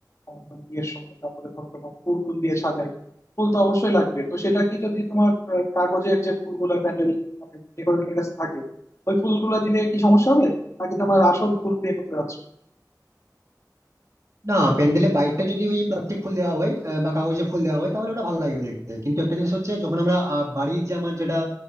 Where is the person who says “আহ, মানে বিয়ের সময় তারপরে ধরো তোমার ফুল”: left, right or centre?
Left